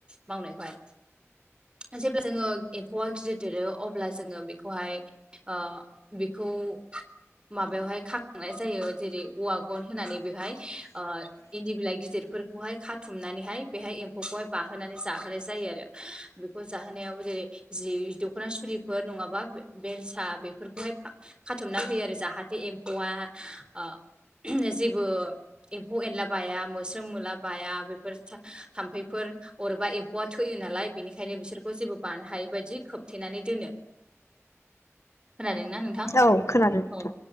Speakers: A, on the right (about 20°); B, on the left (about 70°).
A: मावनायखौहाय। जे‌बला जोङो। एम्फौआ गिदिर देरो अब्ला जोङो बेखौहाय ओ बेखौ। माबायावहाय खांनाय जायो जेरै। औवा गन होनानै बेहाय ओ इन्दि बिलाइ गिदिरफोर बेखौहाय खाथुमनानैहाय बेहाय एम्फौखौहाय बाहोनानै जाहोनाय जायो आरो बेखौ जाहोनायाव जेरै। जि दख'ना सुरिफोर नङाबा बेलसा बेफोरखौहाय। खाथुमना होयो आरो जाहाथे एम्फौआ ओ जेबो। एम्फौ एनला बाया मोस्रोम मुला बाया बेफोर था थाम्फैफोर। अरेबा एम्फौआ थोयो नालाय बेनिखायनो बिसोरखौ जेबो बानो हायि बायदि खोबथेनानै दोन खोनादोंना नोंथां
B: औ खोनादों नोंथां।
A: औ।